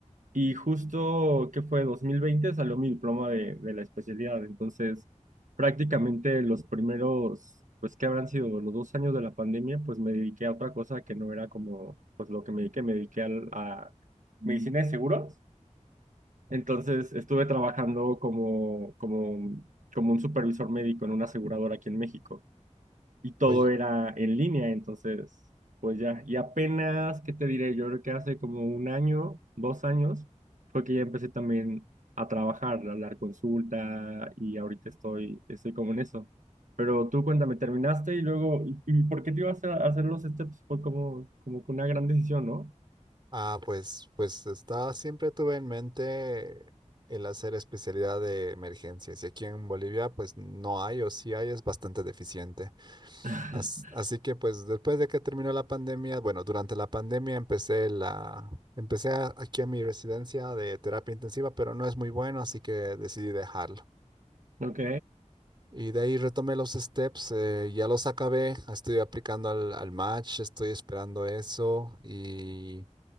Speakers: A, on the right (about 75°); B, on the right (about 35°).
A: Y justo, qué fue? 2020 salió mi diploma de, de la especialidad. Entonces, prácticamente los primeros, pues, que habrán sido? Los dos años de la pandemia, pues me dediqué a otra cosa que no era como, pues, lo que me dediqué. Me dediqué al- a medicina de seguros. Entonces, estuve trabajando como, como, como un supervisor médico en una aseguradora aquí en México y todo
B: Oye,
A: era en línea, entonces, pues ya, y apenas, ¿qué te diré? Yo creo que hace como un año, dos años, fue que ya empecé también a trabajar, a dar consulta y ahorita estoy, estoy como en eso. Pero tú cuéntame, ¿terminaste y luego, y, y por qué te ibas a hacer los steps? Fue como, como que una gran decisión, ¿no?
B: ah, pues, pues estaba, siempre tuve en mente el hacer especialidad de emergencias y aquí en Bolivia pues no hay o sí hay, es bastante deficiente.
A: <laughs>
B: As- Así que pues después de que terminó la pandemia, bueno, durante la pandemia empecé la empecé a- aquí a mi residencia de terapia intensiva, pero no es muy bueno, así que decidí dejarlo.
A: Ok.
B: Y de ahí retomé los steps, eh, ya los acabé, estoy aplicando al, al match, estoy esperando eso y